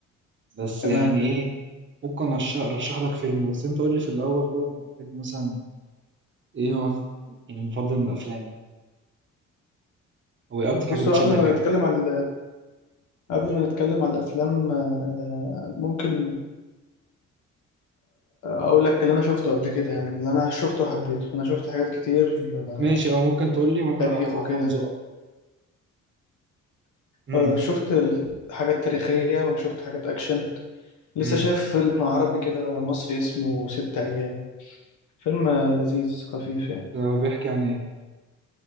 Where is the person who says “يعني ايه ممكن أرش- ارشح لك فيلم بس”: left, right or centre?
Right